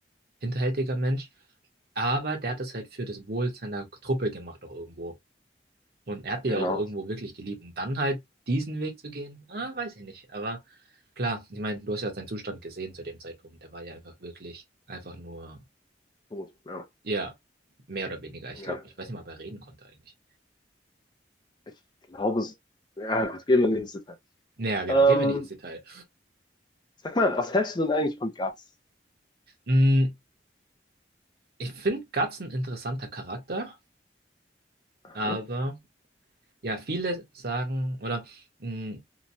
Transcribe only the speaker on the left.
Genau.
Tot, ja.
Ja.
Ich glaube es. Ja, gut, gehen wir nicht ins Detail.
Ähm,
sag mal, was hältst du denn eigentlich von Guts?
Aha.